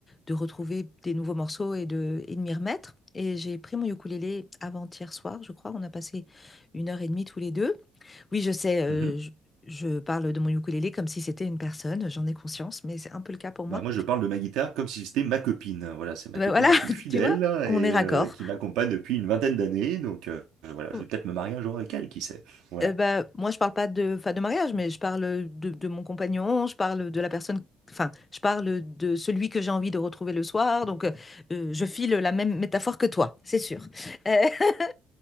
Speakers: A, on the left; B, on the right.
A: de retrouver des nouveaux morceaux et de et de m'y remettre et j'ai pris mon ukulélé avant-hier soir, je crois. On a passé une heure et demie tous les 2. Oui, je sais, euh,
B: mhm.
A: je, je parle de mon ukulélé comme si c'était une personne, j'en ai conscience, mais c'est un peu le cas pour moi.
B: Bah moi, je parle de ma guitare comme si c'était ma copine. Voilà, c'est ma
A: Ben
B: copine
A: voilà,
B: la
A: <laughs>
B: plus fidèle
A: tu vois, on
B: et
A: est raccord.
B: euh, qui m'accompagne depuis une vingtaine d'années. Donc euh, voilà, je
A: Oh,
B: vais peut-être me marier un jour avec elle, qui sait. Voilà.
A: euh, bah, moi, je parle pas de, enfin, de mariage, mais je parle de, de mon compagnon, je parle de la personne, enfin, je parle de celui que j'ai envie de retrouver le soir, donc euh, je file la même métaphore que toi, c'est sûr. Euh, <laughs>